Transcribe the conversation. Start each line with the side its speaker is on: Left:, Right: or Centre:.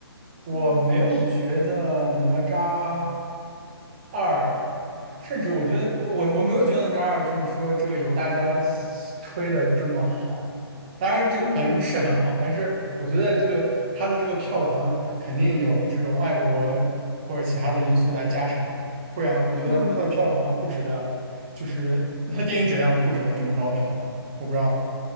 Right: 我没有觉得哪吒
Left: 嗯
Right: 二，甚至我觉得我我我没有觉得哪吒二就是说这个有大家吹的这么好。当然，这个本是很好，
Left: 嗯
Right: 但是我觉得这个它的这个票房肯定有这种爱国或者其他的因素来加成。不然我觉得它的票房不值得，
Left: 嗯，
Right: 就是它电影质量不值得这么高的票房。我不知道